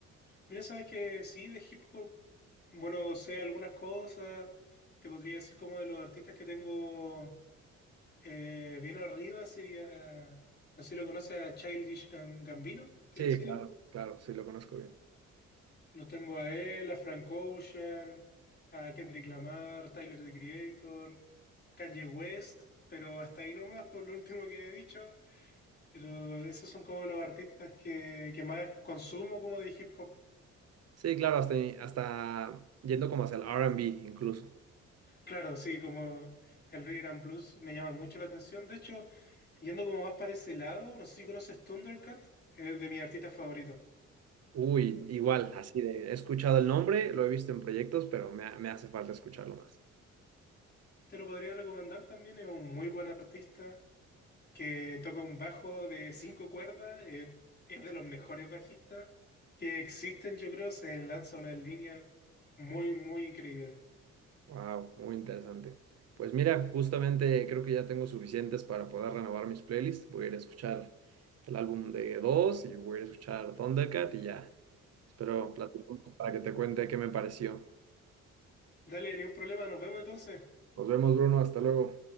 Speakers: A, on the left; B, on the right.
A: Mira, sabes que sí, de hip hop, bueno, sé algunas cosas, te podría decir como de los artistas que tengo eh, bien arriba, sería, no sé si lo conoces a Childish Gam- Gambino, creo
B: Sí,
A: que se
B: Claro,
A: llama.
B: claro, sí lo conozco bien.
A: Los tengo a él, a Frank Ocean, a Kendrick Lamar, Tyler, the Creator, Kanye West, pero hasta ahí nomás por lo último que he dicho, pero esos son como los artistas que, que más consumo como de hip hop.
B: Sí, claro, hasta, hasta yendo como hacia el R&B incluso.
A: Claro, sí, como el Regram blues me llama mucho la atención. De hecho, yendo como más para ese lado, no sé si conoces Thundercat, es de mis artistas favoritos.
B: Uy, igual, así de, he escuchado el nombre, lo he visto en proyectos, pero me, ha- me hace falta escucharlo más.
A: Te lo podría recomendar también, es un muy buen artista que toca un bajo de cinco cuerdas, eh, es de los mejores bajistas que existen, yo creo, se lanza una línea muy, muy increíble.
B: Wow, muy interesante. Pues mira, justamente creo que ya tengo suficientes para poder renovar mis playlists. Voy a ir a escuchar el álbum de Dos y voy a ir a escuchar Thundercat y ya. Espero platicamos para que te cuente qué me pareció.
A: Dale, ni un problema, nos vemos entonces.
B: Nos vemos, Bruno. Hasta luego.